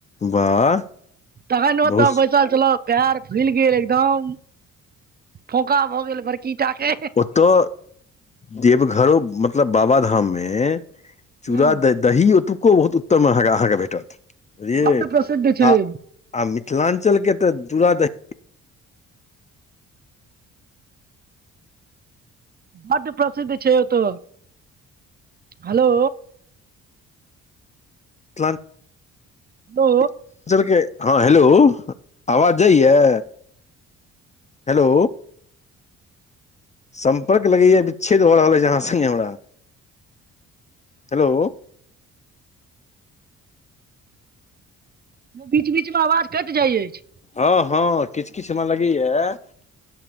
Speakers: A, on the left; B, on the right.
A: वाह
B: तखन ओतऽ
A: बहुत
B: बैसल चलह पैर फुलि गेल एकदम फोका भऽ गेल बड़की टा के
A: ओतऽ देवघरो मतलब बाबा धाम मे चूरा
B: हूँ
A: दही दही ओतुक्को बहुत उत्तम अहाँके भेटत बुझलियए
B: बड्ड प्रसिद्ध छै
A: आ आ मिथिलांचल के ते चूरा दही
B: बड प्रसिद्ध छै त हेलो।
A: <unintelligible>
B: हेलो
A: लांचन के हँ हेलो आवाज जाइयै? हेलो। सम्पर्क लगैया बिच्छेद भऽ रहल अछि अहाँ संगे हमरा हेलो।
B: बीच बीच मे आवाज कटि जाइ अछि।
A: हँ हँ किछु किछु हमरा लगैए